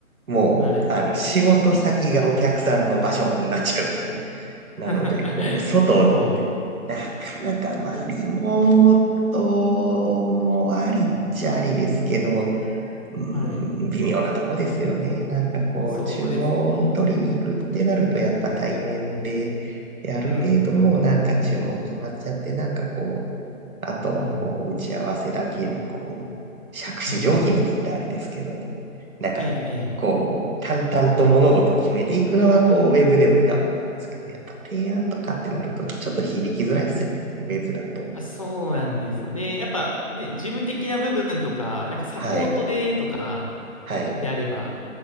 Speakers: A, on the right (about 75°); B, on the left (about 25°).
A: もう、
B: はい。
A: あの、仕事先がお客さんの場所になっちゃうっていう。なので、
B: <laughs>
A: こう、外、
B: そ
A: なかなか、まあ、リモートもありっちゃありですけど、
B: う。うん。
A: う
B: はい。
A: ーん、微妙なとこですよね。なんかこう、
B: そうですね。
A: 注文取りに行くってなると、やっぱ対面で、である程度もうなんか注文決まっちゃって、
B: うん、うん、
A: なんかこあとはこう、
B: うん。
A: 打ち合わせだけでこう、杓子定規にって言ったらあれですけど、
B: はい。
A: なんか、
B: ええ、ええ。
A: こう、淡々と物事を決めていくのは、こう、ウェブでもいいかと思うんですけど、やっぱ提案とかってなると、ちょっと響きづらいですよね、ウェブだと。
B: あ、そうなんですよね。やっぱね、事務的な部分とか、なんかサポートでとか、
A: はい。はい。
B: であれば、